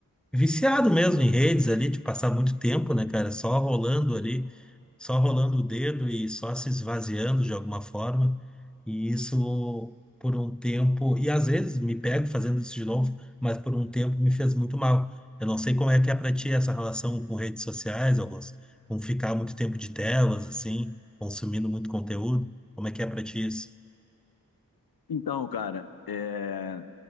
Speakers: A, in the centre; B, on the left.
A: viciado mesmo em redes ali, de passar muito tempo, né, cara? Só rolando ali, só rolando o dedo e só se esvaziando de alguma forma. E isso por um tempo, e às vezes me pego fazendo isso de novo, mas por um tempo me fez muito mal. Eu não sei como é que é pra ti essa relação com redes sociais, Augusto, com ficar muito tempo de telas, assim, consumindo muito conteúdo. Como é que é pra ti isso?
B: Então, cara, é,